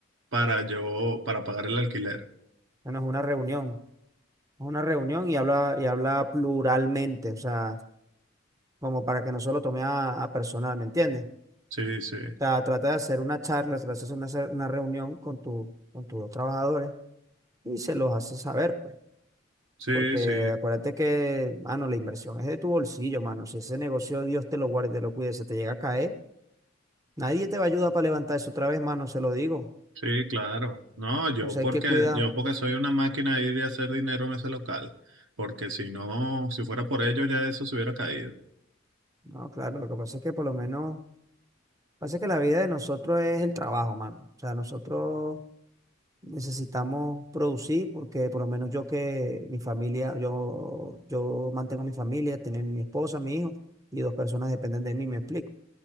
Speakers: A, on the right (about 65°); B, on the right (about 15°).
A: para yo, para pagar el alquiler.
B: ya no es una reunión, es una reunión y habla, y habla pluralmente, o sea, como para que no solo tome a, a personal, ¿me entiendes?
A: Sí, sí,
B: O sea, trata de hacer una charla, trata de hacer una, cer- una reunión con tu, con tus trabajadores y se los hace saber, pues.
A: sí,
B: Porque
A: sí,
B: acuérdate que, mano, la inversión es de tu bolsillo, mano. Si ese negocio Dios te lo guarde, y te lo cuide, se te llega a caer. Nadie te va a ayudar para levantarse otra vez, mano, se lo digo.
A: sí, claro. No, yo
B: Entonces
A: porque,
B: hay que cuidar.
A: yo porque soy una máquina ahí de hacer dinero en ese local. Porque si no, si fuera por ello, ya eso se hubiera caído.
B: No, claro, lo que pasa es que por lo menos, pasa que la vida de nosotros es el trabajo, mano. O sea, nosotros necesitamos producir porque por lo menos yo que mi familia, yo, yo mantengo mi familia, tener mi esposa, mi hijo y dos personas dependen de mí, me explico.